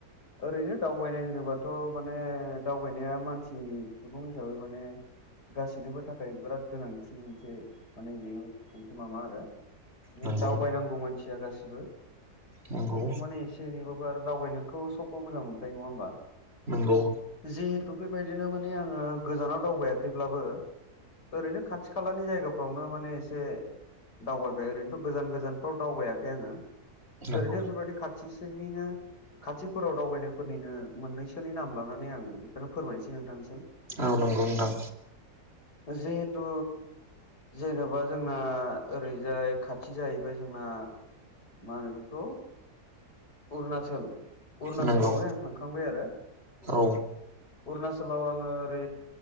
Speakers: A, on the left; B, on the right.
A: ओरैनो दावबायनाय होनोबाथ' माने दावबायनाया मानसि सुबुं हिसाबै माने गासैनोबो थाखाय बिराद गोनांथि मोनसे माने बेयो माबा आरोना माने
B: नंगौ
A: दावबायनांगौ मानसिया गासिबो
B: नंगौ
A: थेवबो माने एसे जेनेबाबो आरो दावबायनोखौ सबबो मोजां मोनखायो नङा होमबा
B: नंगौ
A: जिहेथु बेबायदिनो माने आङो गोजानाव दावबायाखैब्लाबो ओरैनो खाथि खालानि जायगायाव फावनो माने एसे दावबाय ओरैनोथ' गोजान गोजानफ्राव दावबायाखै आङो।
B: नंगौ
A: ओरैनो बेफोरबायदि खाथिसनिनो फोराव दावबायनायफोरनिनो मोननैसोनि नाम लानानै आं बेखौनो फोरमायनोसै नोंथांसिम
B: औ नोंगौ नोंथां
A: जिहेतु जेनेबा जोंना ओरैजाय खाथि जाहैबाय जोंना मा होन बेखौ अरुणचल अरुणचलावहाय
B: नंगौ
A: आं थांखांबाय आरो
B: औ
A: अरणाचल आं आरो